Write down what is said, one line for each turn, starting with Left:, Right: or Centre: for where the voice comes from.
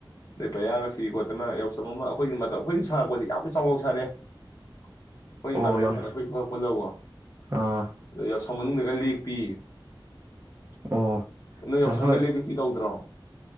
Left: ꯑꯗꯩ ꯄꯌꯥꯒ ꯁꯤ ꯈꯣꯠꯇꯅ ꯌꯥꯎꯁꯪ ꯑꯃ ꯑꯩꯈꯣꯏꯒꯤ ꯃꯇꯝ ꯑꯩꯈꯣꯏꯅ ꯁꯥꯔꯛꯄꯗꯤ ꯌꯥꯝꯅ ꯆꯥꯎꯅ ꯁꯥꯔꯦ ꯑꯩꯈꯣꯏ
Right: ꯑꯣ
Left: ꯏꯃꯥꯟꯅꯕ
Right: ꯌꯥꯎ
Left: ꯑꯃ ꯑꯩꯈꯣꯏ ꯈꯔ ꯄꯨꯜꯂꯒ
Right: ꯑꯥ
Left: ꯌꯥꯎꯁꯪ ꯃꯅꯨꯡꯗꯒ ꯂꯦꯛꯄꯤ
Right: ꯑꯣ
Left: ꯅꯣꯏ ꯌꯥꯎꯁꯪꯒ
Right: ꯌꯥꯎꯁꯪ
Left: ꯂꯦꯛ ꯄꯤꯇꯧꯗ꯭ꯔꯣ